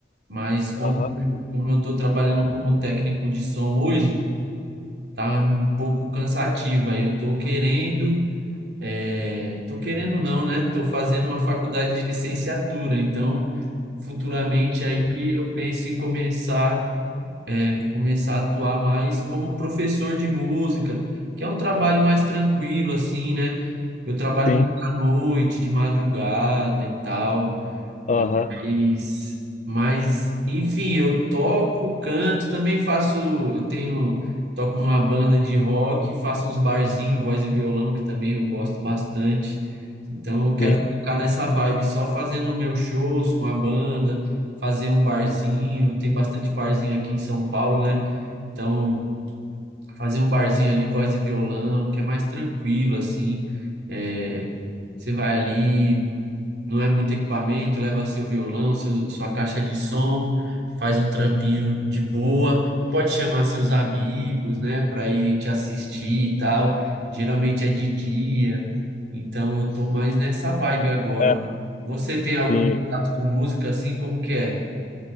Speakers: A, on the right; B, on the left.
A: Mas como,
B: Aham,
A: como eu tô trabalhando como técnico de som hoje, tá um pouco cansativo. Aí eu tô querendo. É, tô querendo não, né? Tô fazendo uma faculdade de licenciatura, então futuramente aí eu penso em começar, é, vou começar a atuar mais como professor de música, que é um trabalho mais tranquilo assim, né? Eu trabalho
B: sim.
A: muito à noite, de madrugada e tal. Mas,
B: Aham,
A: mas, enfim, eu toco, canto, também faço, eu tenho, toco numa banda de rock, faço uns barzinhos, voz e violão, que também eu gosto bastante. Então eu quero
B: sim.
A: ficar nessa vibe, só fazendo meus shows com a banda, fazer um barzinho, tem bastante barzinho aqui em São Paulo, né? Então fazer um barzinho ali, voz e violão, que é mais tranquilo, assim. É, você vai ali, não é muito equipamento, leva seu violão, seu- sua caixa de som, faz um trampinho de boa, pode chamar seus amigos, né, para irem te assistir e tal. Geralmente é de dia, então eu tô mais nessa vibe agora.
B: É,
A: Você tem algum
B: sim.
A: contato com música assim? Como que é?